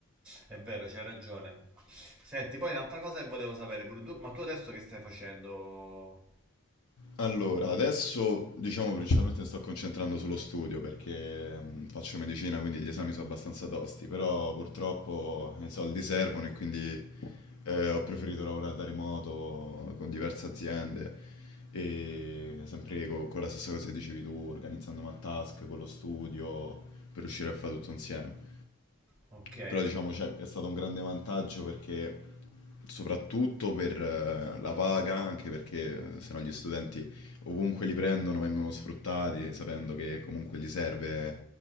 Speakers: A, in the centre; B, on the left (about 80°).
A: è vero, c'hai ragione. Senti, poi un'altra cosa che volevo sapere pure tu, ma tu adesso che stai facendo?
B: Allora, adesso diciamo principalmente mi sto concentrando sullo studio perché mh, faccio medicina, quindi gli esami sono abbastanza tosti, però purtroppo i soldi servono e quindi eh, ho preferito lavorare da remoto con diverse aziende e sempre co- con la stessa cosa che dicevi tu, organizzandomi a task con lo studio per riuscire a fare tutto insieme.
A: Ok,
B: Però diciamo cioè, è stato un grande vantaggio perché soprattutto per eh, la paga, anche perché eh, se no gli studenti ovunque li prendono vengono sfruttati, sapendo che comunque gli serve